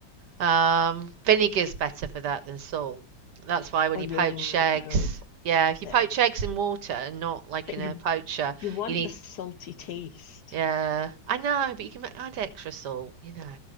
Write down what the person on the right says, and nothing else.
Um, vinegar's better for that than salt. That's why when
you
poach eggs,
yeah, if you
poach eggs in water and not like
in
a poacher,
you need.
Yeah, I know, but you can add extra salt. You know,